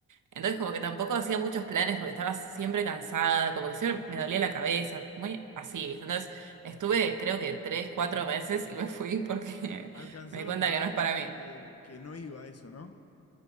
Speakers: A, on the right; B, on the left.
A: Entonces como que tampoco hacía muchos planes porque estaba siempre cansada, como que siempre me dolía la cabeza, muy así, ¿viste? Entonces estuve creo que tres, cuatro meses y me fui porque
B: Alcanzaron
A: <laughs> me di cuenta
B: para
A: que
B: darte
A: no es para
B: cuenta
A: mí.
B: que, que no iba a eso, ¿no?